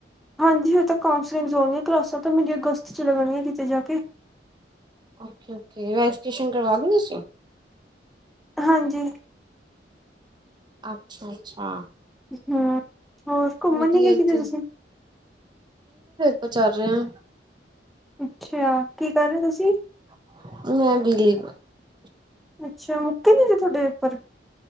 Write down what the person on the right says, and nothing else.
ਓਕੇ - ਓਕੇ ਵੈਰੀਏਸ਼ਨ ਕਰਵਾ ਦੋ ਤੁਸੀਂ
ਅੱਛਾ- ਅੱਛਾ
ਵਧੀਆ
ਜੀ
ਬਸ ਚੱਲ ਰਿਹਾ ਆਂ।
<unintelligible>